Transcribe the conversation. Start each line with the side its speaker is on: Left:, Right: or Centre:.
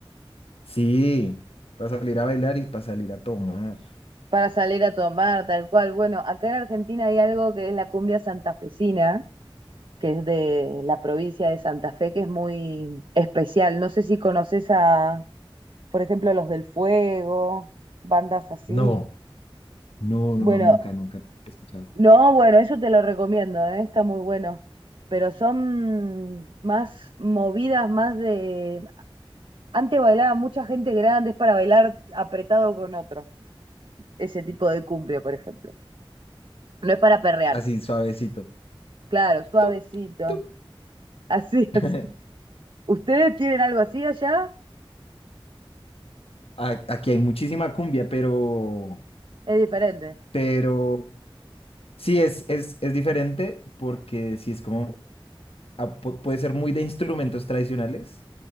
Left: sí, para salir a bailar y para salir a tomar.
Right: para salir a tomar, tal cual. Bueno, acá en Argentina hay algo que es la cumbia santafesina, que es de la provincia de Santa Fe, que es muy especial. No sé si conoces a, por ejemplo, Los del Fuego, bandas así.
Left: No, No,
Right: Bueno,
Left: no, no, nunca, nunca lo he escuchado.
Right: no, bueno, eso te lo recomiendo, ¿eh? Está muy bueno. Pero son más movidas, más de... Antes bailaba mucha gente grande, es para bailar apretado con otro. Ese tipo de cumbia, por ejemplo. No es para perrear.
Left: Así suavecito.
Right: Claro, suavecito.
Left: Tup, tup.
Right: Así,
Left: <laughs>
Right: <laughs> así. ¿Ustedes tienen algo así allá?
Left: A- Aquí hay muchísima cumbia, pero,
Right: Es diferente.
Left: pero sí es, es, es diferente porque sí es como, ah, pu- puede ser muy de instrumentos tradicionales,